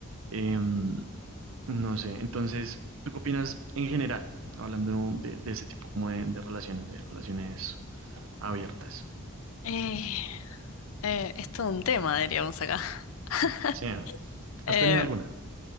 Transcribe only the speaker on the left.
Eh, eh, es todo un tema, diríamos acá. <laughs>
Eh,